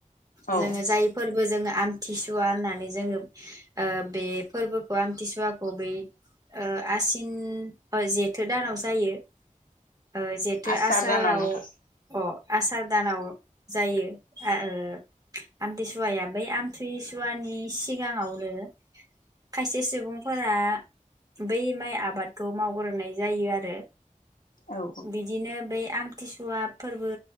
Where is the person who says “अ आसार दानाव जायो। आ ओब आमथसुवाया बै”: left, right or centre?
Right